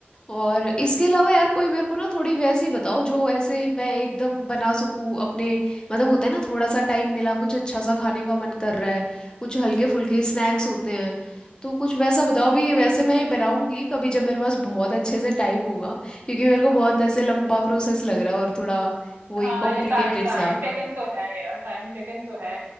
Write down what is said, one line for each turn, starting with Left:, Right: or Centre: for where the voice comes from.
Left: और इसके अलावा यार कोई मेरे को ना थोड़ी वैसी बताओ जो ऐसे मैं एकदम बना सकूँ अपने मतलब होता है ना थोड़ा सा टाइम मिला कुछ अच्छा सा खाने का मन कर रहा है कुछ हल्के फुल्के स्नैक्स होते हैं तो कुछ वैसा बताओ भी
Right: हम्म।
Left: ये वैसे मैं ये बनाऊंगी कभी जब मेरे पास बहुत अच्छे से टाइम होगा क्योंकि मेरे को बहुत ऐसे लंबा प्रोसेस लग रहा है और थोड़ा वही
Right: हाँ
Left: कॉम्प्लिकेटेड
Right: ये टाइम टाइम
Left: सा
Right: टेकन तो है यार टाइम टेकन तो है